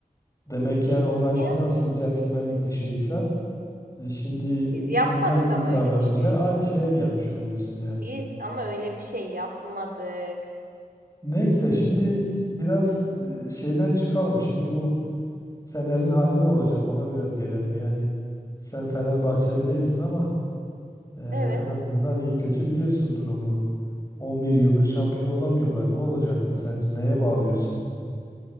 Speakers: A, on the left; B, on the right.
A: Demek yani onlarınki
B: Ya
A: nasıl centilmenlik dışıysa e, şimdi
B: biz yapmadık
A: onlar gibi
B: ama
A: davranınca
B: öyle bir şey.
A: aynı şeye gelmiş oluyorsun yani.
B: Biz ama öyle bir şey yapmadık.
A: Neyse şimdi biraz e, şeyden çıkalım. Şimdi bu Fener'in hali ne olacak ona biraz gelelim yani. Sen Fenerbahçeli değilsin ama e,
B: Evet.
A: en azından iyi kötü biliyorsun durumu. 11 yıldır şampiyon olamıyorlar. Ne olacak bu sence? Neye bağlıyorsun?